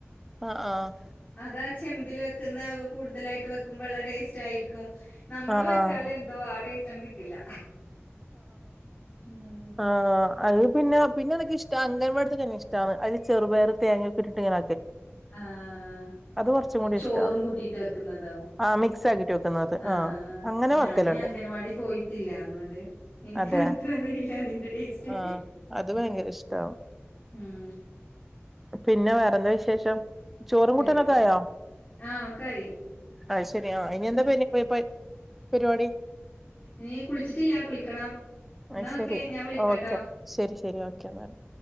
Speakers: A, in the centre; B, on the left (about 30°).
A: ആഹ് ആഹ്
B: അതാ ചെമ്പില് വെക്ക്ന്നെ ഒഹ് കൂടുതലായിട്ട് വെക്കുമ്പെള്ള ടേസ്റ്റായിരിക്കും. നമ്മള്
A: ആഹ്
B: വെച്ചാലെന്തോ
A: ആഹ്
B: ആ ടേസ്റ്റണ്ട് കിട്ടില്ല. ഉം
A: ആഹ് അത് പിന്നെ പിന്നെനിക്കിഷ്ട്ടാ അംഗൻവാടിത്തെ കഞ്ഞി ഷ്ട്ടാണ് അയ്‌ല് ചെറുപയറ് തേങ്ങൊക്കെട്ട് ട്ട്ങ്ങനെ
B: ആഹ്
A: കുറച്ചും കൂടി
B: ചോറും
A: ഇഷ്ടാണ്
B: കൂട്ടിട്ട് വെക്കുന്നതോ?
A: ആഹ് മിക്സ് ആക്കിട്ട് വെക്കുന്നത്
B: ആഹ് ആഹ് ആഹ്
A: അങ്ങനെ
B: ഞാന്
A: വെക്കലുണ്ട്
B: അങ്കനവാടി പോയിട്ടില്ല അതോണ്ട് ഇൻക്കതത്രറീല്ല
A: അതെ
B: അതിന്റെ ടേസ്റ്റ്
A: ആഹ് അത് ഭയങ്കര ഇഷ്ടാവും
B: ഉം
A: പിന്നെ വേറെന്ത വിശേഷം? ചോറും
B: വേറെ
A: കൂട്ടനൊക്കായോ
B: ആഹ് ഒക്കായി
A: അയ് ശെരി ആഹ് ഇനിയെന്താപ്പയ്ന്
B: ഉം
A: <unintelligible> പരിവാടി
B: ഇനി കുൾച്ചിട്ടില്ല കുളിക്കണം.
A: അയ്
B: എന്നാ
A: ശെരി
B: ഓക്കെ ഞാൻ വിളിക്കാട്ടോ
A: ഓക്കെ ശെരി ശെരി ഓക്കെ ന്നാല്